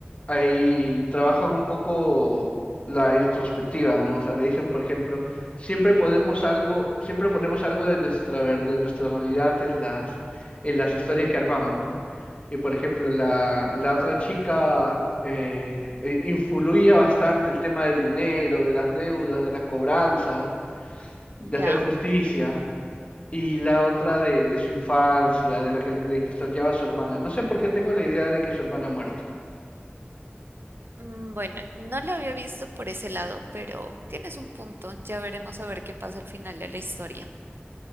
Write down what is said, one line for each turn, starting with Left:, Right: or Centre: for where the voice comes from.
Left: ahí trabajan un poco la introspectiva, ¿no? O sea, le dicen, por ejemplo, siempre ponemos algo, siempre ponemos algo de nuestra, ver- de nuestra realidad en las, en las historias que armamos, ¿no? Y por ejemplo, la, la otra chica eh, eh, influye bastante el tema del dinero, de las deudas, de las cobranzas, de hacer
Right: Ya.
Left: justicia. Y la otra de, de su infancia, de la que, de que extrañaba a su hermana. No sé por qué tengo la idea de que su hermana ha muerto.
Right: Mm, Bueno, no lo había visto por ese lado, pero tienes un punto. Ya veremos a ver qué pasa al final de la historia.